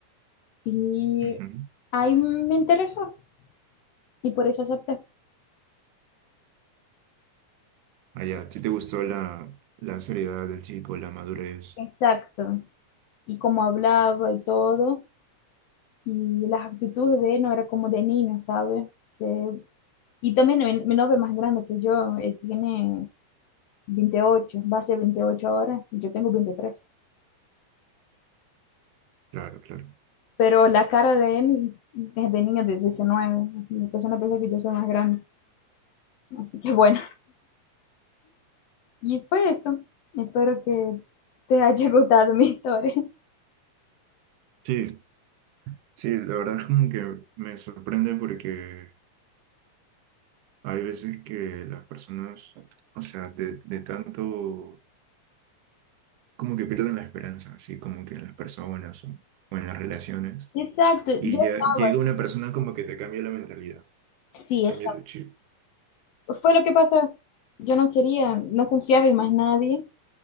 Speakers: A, on the left; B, on the right.
A: y
B: Ujú.
A: ahí me interesó y por eso acepté.
B: Ah, ya, ¿a ti te gustó la, la seriedad del chico, la madurez?
A: Exacto. Y como hablaba y todo, y las actitudes de él no era como de niño, ¿sabes? Se- Y también mi, mi novio es más grande que yo, él tiene 28 va a ser 28 ahora y yo tengo veintitrés
B: Claro, claro.
A: Pero la cara de él es de niño de diecinueve La persona piensa que yo soy más grande. Así que bueno, y fue eso. Espero que te haya <laughs> gustado mi historia.
B: Sí, sí, la verdad es como que me sorprende porque hay veces que las personas, o sea, de, de tanto, como que pierden la esperanza, así como que en las personas o, o en las relaciones.
A: Exacto,
B: Y
A: yo
B: ya
A: estaba
B: llega
A: así.
B: una persona como que te cambia la mentalidad,
A: Sí,
B: te cambia
A: exacto.
B: tu chip.
A: Fue lo que pasó. Yo no quería, no confiaba en más nadie.